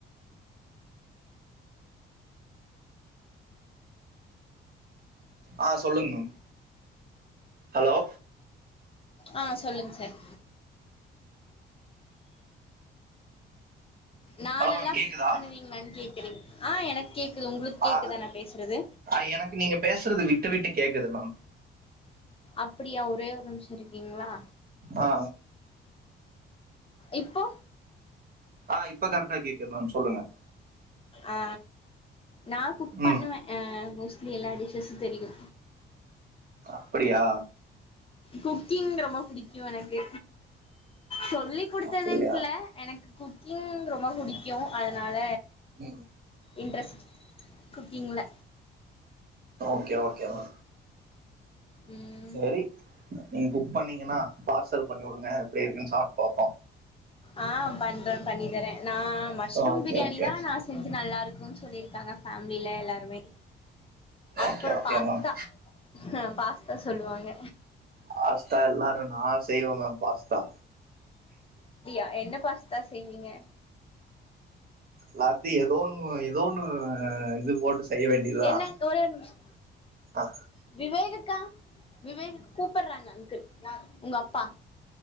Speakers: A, on the right (about 50°); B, on the left (about 30°).
A: ஆ சொல்லுங்க மேம் ஹலோ
B: ஆ சொல்லுங்க சார் நா
A: ஹலோ
B: நல்லா
A: மேம்
B: குக்
A: கேக்குதா
B: பண்ணுவீங்ளான் கேக்குறீங் ஆ எனக் கேக்குது உங்ளுக் கேக்குதா
A: ஆ
B: நா பேசுறது
A: ஆ எனக்கு நீங்க பேசுறது விட்டு விட்டு கேக்குது மேம்
B: அப்டியா ஒரே ஒரு நிம்ஷோ இருக்கீங்ளா
A: ஆ
B: இப்போ
A: ஆ இப்ப கரெக்டா கேக்குது மேம் சொல்லுங்க
B: ஆ நா குக் பண்ணுவே
A: ம்
B: அ மோஸ்ட்லி எல்லா டிஸ்சஸ்சு தெரியு
A: அப்பிடியா
B: குக்கிங் ரொம்ப புடிக்கு எனக்கு சொல்லி் குடுத்ததுன்ட்
A: அப்படியா
B: இல்ல எனக்கு குக்கிங் ரொம்ப புடிக்கு அதனால
A: ம்
B: இன்ட்ரெஸ்ட் குக்கிங்ல
A: ஓகே ஓகேமா
B: ம்
A: செரி நீங் குக் பண்ணீங்கன்னா பார்சல் பண்ணிவுடுங்க எப்டி இருக்குன் சாப்ட் பாப்
B: ஆ பண்றே பண்ணி தரே நா மஸ்ரூம்
A: ஓகே
B: பிரியாணி
A: ஓகே
B: தா நா செஞ்சு நல்லாருக்குன் சொல்லிருக்காங்க ஃபேமிலில எல்லாருமே அப்பறோ
A: ஓகே ஓகே
B: பாஸ்தா
A: மேம்
B: ஆ பாஸ்தா சொல்லுவாங்க
A: பாஸ்தா எல்லாரு நா செய்வே மேம் பாஸ்தா
B: அ என்ன பாஸ் தா செய்வீங்க
A: லாத்தி எதோ ஒன்னு எதோ ஒன்னு ஆ இது போட்டு செய்ய வேண்டியதா
B: என்ன ஒரே ஒரு நிமிஷோ
A: அ
B: விவேகக்கா விவேக் கூப்பிடுறாங்க அங்கிள் உங்க அப்பா